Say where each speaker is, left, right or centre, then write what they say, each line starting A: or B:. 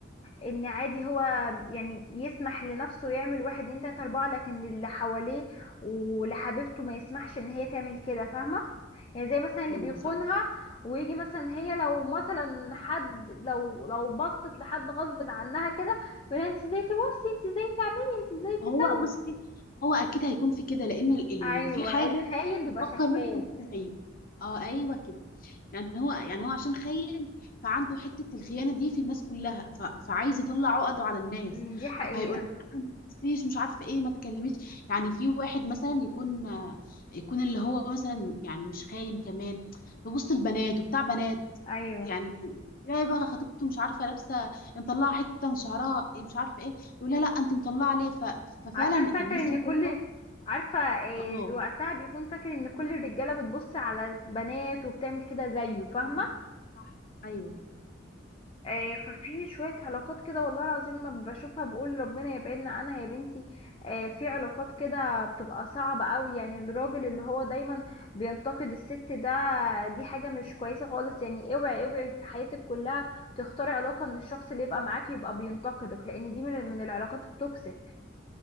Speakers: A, on the left; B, on the left.
A: ان عادي هو يعني يسمح لنفسه يعمل واحد اتنين تلاته اربعه لكن اللي حواليه ولحبيبته ما يسمحش ان هي تعمل كده فاهمه يعني زي مثلا اللي
B: امم
A: بيخونها
B: صح
A: ويجي مثلا هي لو مثلا حد لو لو بصت لحد غصب عنها كده يقول انت ازاي تبصي انت ازاي تعملي انت ازاي تسوي
B: هو بصي هو اكيد هيكون في كده لان ال-
A: ايوه
B: ال- في حاجه
A: الخاين بيبقى
B: نفكر
A: شكاك
B: ناس كلنا زيه اه ايوه كده يعني هو يعني هو عشان خاين فعنده حتة الخيانة دي في الناس كلها ف... فعايز يطلع عقده على الناس
A: أمم، دي حقيقة
B: فهيقول أنا ما تبصيش مش عارفة ايه ما تكلميش يعني في واحد مثلا يكون يكون اللي هو مثلا يعني مش خاين كمان ببص البنات وبتاع بنات
A: ايوه
B: يعني تلاقي بقى خطيبته مش عارفة لابسة مطلعة حتة من شعرها مش عارفة ايه يقول لها لا انت مطلعة ليه ف... ففعلا
A: عشان فاكر
B: الناس
A: ان
B: اللي
A: كل
B: زي دول
A: عارفة إيه،
B: اه
A: وقتها بيكون فاكر ان كل الرجالة بتبص على البنات وبتعمل كده زيه فاهمة
B: مم. صح ايوه
A: آه، ففي شوية علاقات كده والله العظيم ما بشوفها بقول ربنا يبعدنا عنها يا بنتي آه، في علاقات كده بتبقى صعبة قوي يعني الراجل اللي هو دايما بينتقد الست ده دي حاجة مش كويسة خالص يعني اوعي اوعي في حياتك كلها تختاري علاقة ان الشخص اللي يبقى معاك يبقى بينتقدك لان دي من من العلاقات التوكسيك